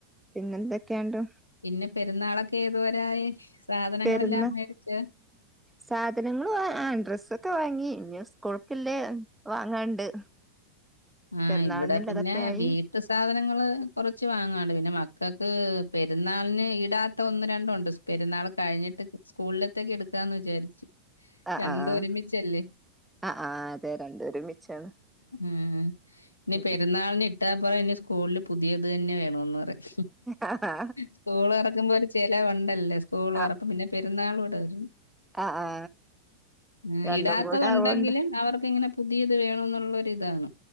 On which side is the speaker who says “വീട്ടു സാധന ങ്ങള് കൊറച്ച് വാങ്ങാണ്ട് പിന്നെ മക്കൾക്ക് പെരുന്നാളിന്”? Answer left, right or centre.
Left